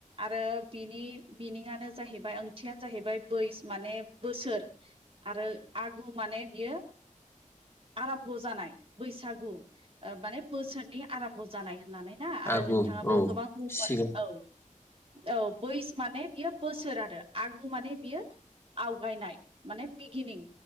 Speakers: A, on the right; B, on the left.
A: आरो बिनि मिनिङानो जाहैबाय ओंथियानो जाहैबाय बै माने बोसोर आरो आगु माने बियो
B: <inaudible>
A: आराम्भ' जानाय बैसागु माने बोसोरनि आरम्भ' जानाय होननानै ना आरो
B: आगु
A: नोंथाङाबो
B: औ
A: गोबां बुंबाय
B: सिगां
A: औ औ बै माने बेयो बोसोर आरो आगु माने बियो आवगायनाय माने बिगिनिं